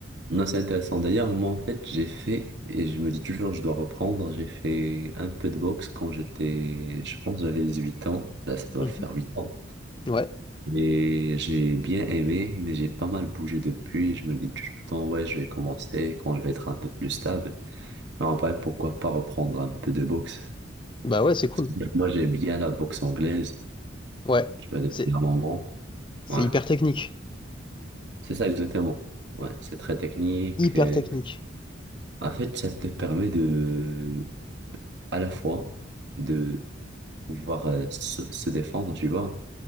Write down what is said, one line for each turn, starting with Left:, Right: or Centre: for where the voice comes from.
Right: Non, c'est intéressant. D'ailleurs, moi, en fait, j'ai fait, et je me dis toujours, je dois reprendre, j'ai fait un peu de boxe quand j'étais, je pense, j'avais 18 ans. Là, ça doit
Left: Mhm.
Right: faire 8 ans.
Left: Ouais.
Right: Et j'ai bien aimé, mais j'ai pas mal bougé depuis. Je me dis tout le temps, ouais, je vais commencer quand je vais être un peu plus stable. En vrai, pourquoi pas reprendre un peu de boxe?
Left: Bah ouais, c'est cool.
Right: Parce que moi, j'aime bien la boxe anglaise,
Left: Ouais,
Right: tu vois, depuis
Left: c'est
Right: un moment.
Left: c'est
Right: Ouais,
Left: hyper technique.
Right: c'est ça exactement. Ouais, c'est très technique.
Left: Hyper
Right: euh.
Left: technique.
Right: En fait, ça te permet de, à la fois, de pouvoir euh, se, se défendre, tu vois,